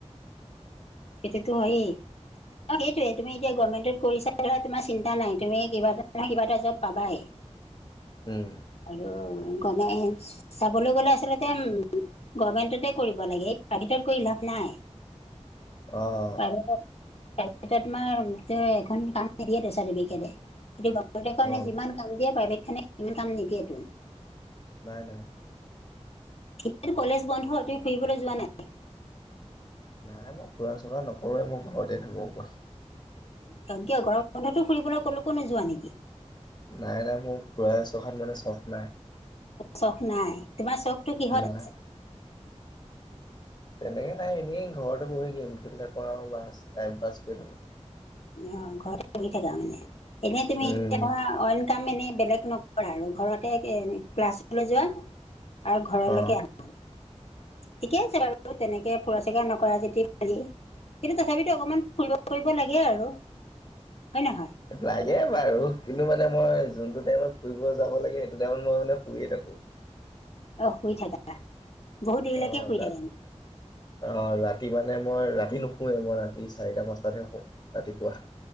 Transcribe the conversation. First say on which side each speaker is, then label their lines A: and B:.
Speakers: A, on the left; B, on the left.
A: সেইটোতো হয়েই। অ সেইটোৱে তুমি এতিয়া গভমেণ্টত কৰিছা ধৰা তোমাৰ চিন্তা নাই, তুমি কিবা এটা নহয় কিবা এটা জব পাবাই। <inaudible>
B: উম
A: আহ‌ গণেশ, চাবলৈ গলে আচলতে উম গভমেণ্টতে কৰিব লাগে, এই প্ৰাইভেটত কৰি লাভ নাই।
B: অহ
A: প্ৰাইভেটত তোমাৰ এহ‌ এখন কাম নিদিয়েটো চাৰ্টিফিকেটে সেইটো কাৰণে
B: অ
A: যিমান কাম দিয়ে প্ৰাইভেটখনে সিমান কাম নিদিয়ে।
B: নাই নাই।
A: কিন্তু কলেজ বন্ধ, তুমি ফুৰিবলৈ যোৱা নাই?
B: নাই মই ফুৰা চুৰা নকৰোঁৱেই মই ঘৰতে থাকোঁ। কোৱা
A: অ কিয় গৰম বন্ধতো ফুৰিবলৈ কলৈকো নোযোৱা নেকি?
B: নাই নাই মোৰ ফুৰা চখাত মানে চখ নাই।
A: চখ নাই, তোমাৰ চখটো কিহত
B: নাই।
A: আছে?
B: তেনেকৈ নাই এনেই ঘৰতে বহি গেম খেলি থাকোঁ আৰু বাছ টাইম পাছ কৰি থাকোঁ।
A: অ ঘৰতে বহি থাকা মানে, এনে তুমি
B: উম,
A: এতিয়া ধৰা অইল কাম এনেই বেলেগ নকৰা আৰু ঘৰতে ক্লাছলৈ যোৱা আৰু ঘৰলৈকে
B: অ।
A: আহা ঠিকে আছে বাৰু তেনেকে ফুৰা চিকা নকৰা যদি আজি কালি কিন্তু তথাপিতো অকমান ফুৰিব কৰিব লাগে আৰু হয় নহয়
B: লাগে বাৰু কিন্তু মানে মই যোনটো টাইমত ফুৰিব যাব লাগে সেইটো টাইমত মই মানে ফুৰিয়ে থাকোঁ।
A: অহ শুই থাকা। বহুত দেৰিলৈকে
B: অহ
A: শুই
B: <unintelligible>
A: থাকা
B: অহ ৰাতি মানে মই ৰাতি নোশুৱেই মই ৰাতি চাৰিটা পাঁচটাতহে শুও ৰাতিপুৱা।